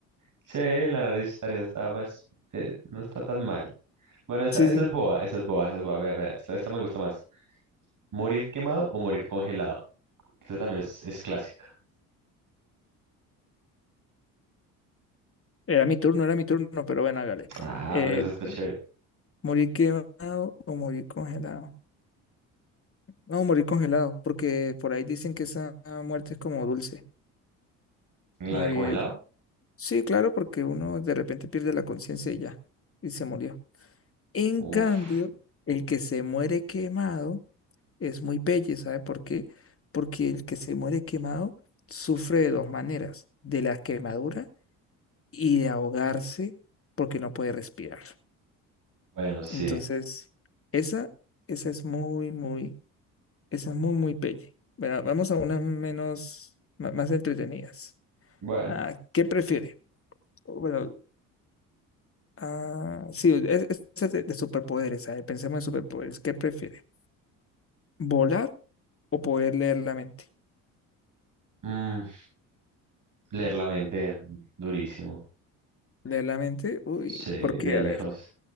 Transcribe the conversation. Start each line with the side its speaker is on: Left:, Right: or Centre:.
Right: Sí, la nariz estaría, está más, eh, no está tan mal. Bueno, esa,
Left: Sí,
Right: esa
Left: sí,
Right: es boba, esa es boba, esa es boba. Mira, mira, esta, esta me gusta más. ¿Morir quemado o morir congelado? Que esa también es, es clásica.
Left: era mi turno, era mi turno, pero bueno, hágale.
Right: Ah,
Left: Eh,
Right: pero esa está chévere.
Left: ¿morir quemado o morir congelado? No, morir congelado, porque por ahí dicen que esa muerte es como dulce,
Right: ¿Y ¿La
Left: morir,
Right: de congelado?
Left: sí, claro, porque uno de repente pierde la conciencia y ya, y se murió. En
Right: Uf.
Left: cambio, el que se muere quemado es muy pelle, ¿sabe por qué? Porque el que se muere quemado sufre de dos maneras, de la quemadura y de ahogarse porque no puede respirar.
Right: Bueno, sí.
Left: Entonces, esa, esa es muy, muy, esa es muy, muy pelle. bueno Vamos a unas menos, ma- más entretenidas.
Right: Bueno.
Left: Ah, ¿qué prefiere? Bueno, ah, sí, es, es de, de superpoderes, ¿sabe? Pensemos en superpoderes. ¿Qué prefiere? ¿Volar? O poder leer la mente.
Right: mm, leer la mente, durísimo.
Left: Leer la mente, uy,
Right: Sí,
Left: ¿por qué?
Right: de lejos.
Left: A ver,